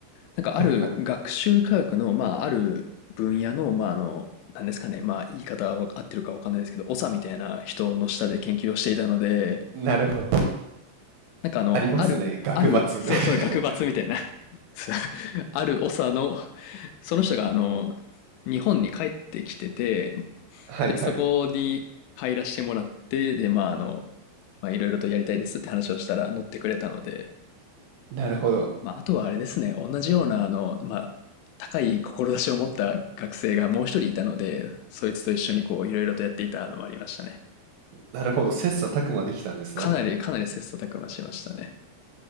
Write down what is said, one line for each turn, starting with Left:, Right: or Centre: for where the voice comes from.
Left: なんかある学習科学の、
Right: はいはい。
Left: まあある分野の、まああの、なんですかね。まあ言い方は合ってるかわかんないですけど、長みたいな人の下で研究をしていたので、
Right: なるほど。
Left: なんかあの、
Right: ありますね。
Left: ある、
Right: 学罰。
Left: ある、そうそう、
Right: <laughs>
Left: 学閥みたいな <laughs> ある長の、その人があの、日本に帰ってきてて、
Right: はいはい。
Left: で、そこに入らせてもらって、で、まああの、まあ、いろいろとやりたいですって話をしたら乗ってくれたので、
Right: なるほど。
Left: まあ、あとはあれですね、同じような、あの、まあ、高い志を持った学生がもう一人いたので、そいつと一緒にこう、いろいろとやっていたのもありましたね。
Right: なるほど。切磋琢磨できたんですね。
Left: かなり、かなり切磋琢磨しましたね。